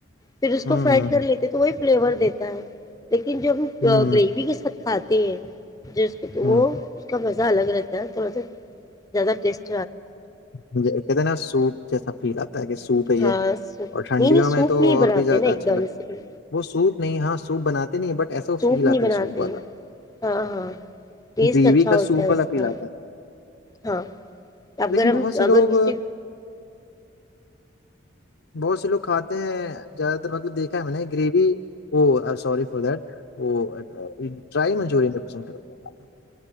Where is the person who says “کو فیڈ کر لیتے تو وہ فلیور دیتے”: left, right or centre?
Left